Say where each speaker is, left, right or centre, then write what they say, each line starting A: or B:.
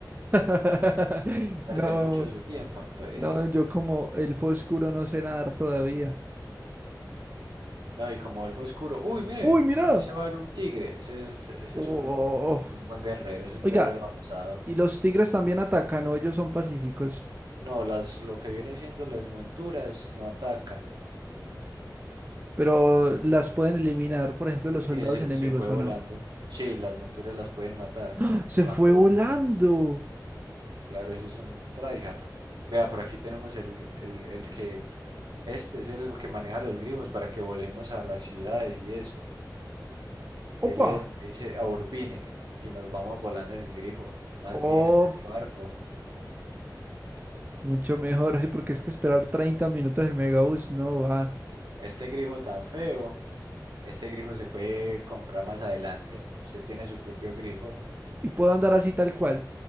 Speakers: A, on the right; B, on the right.
A: <laughs>
B: perder
A: No,
B: mucho su tiempo. Entonces,
A: no, yo como el oscuro no sé nadar todavía.
B: no, y como elfo oscuro. Uy, mire,
A: ¡Uy, mira!
B: ese va en un tigre. Ese es, ese
A: Uf.
B: es un, un buen guerrero, es un
A: Oiga,
B: guerrero avanzado.
A: y los tigres también atacan, ¿no? Ellos son pacíficos,
B: No, las, lo que vienen siendo las monturas no atacan.
A: pero las pueden eliminar, por ejemplo, los soldados
B: Mire, se,
A: enemigos,
B: se fue volando.
A: ¿o no?
B: Sí, las monturas las pueden matar
A: <gasps> ¡Se
B: cuando,
A: fue volando!
B: Claro, eso es un tryhard. Vea, por aquí tenemos el, el, el que, este es el que maneja los grifos para que volemos a las ciudades y eso. Dele
A: ¡Opa!
B: donde dice a Urbine y nos vamos volando en el grifo, más
A: ¡Opa!
B: bien en vez de barco.
A: Mucho mejor, sí, porque es que esperar 30 minutos el Megabus no va.
B: Este grifo tan feo, este grifo se puede comprar más adelante. Usted tiene su propio grifo,
A: Y puedo andar así tal cual,